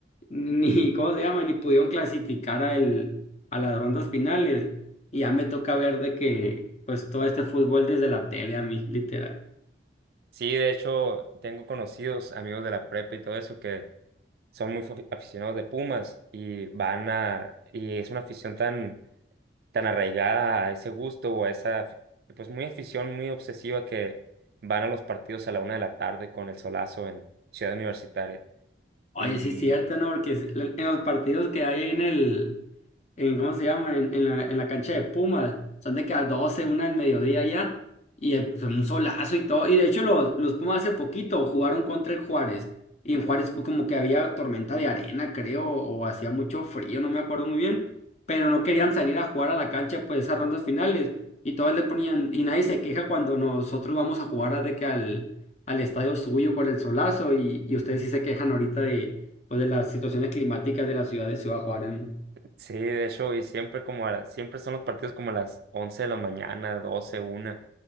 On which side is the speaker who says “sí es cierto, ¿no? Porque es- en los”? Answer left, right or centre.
Left